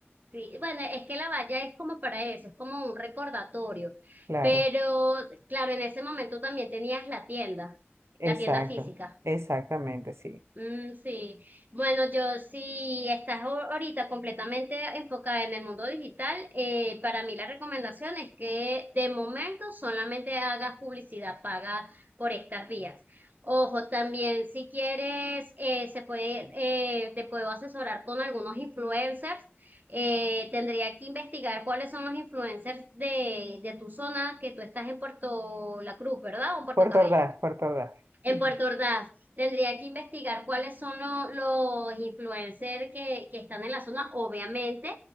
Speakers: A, on the right; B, on the right.
A: sí, bueno, es que la valla es como para eso, es como un recordatorio.
B: claro.
A: Pero, claro, en ese momento también tenías la tienda,
B: Exacto.
A: la tienda física.
B: Exactamente, sí.
A: Mm, sí, bueno, yo sí estás ahor- ahorita completamente enfocada en el mundo digital, eh, para mí la recomendación es que de momento solamente hagas publicidad paga por estas vías. Ojo, también si quieres, eh, se puede, eh, te puedo asesorar con algunos influencers. Eh, tendría que investigar cuáles son los influencers de, de tu zona, que tú estás en Puerto La Cruz, ¿verdad? O en Puerto
B: Por
A: Cabello.
B: tardar, por tardar.
A: En
B: Ujú.
A: Puerto Ordaz, tendría que investigar cuáles son lo- los influencers que, que están en la zona, obviamente,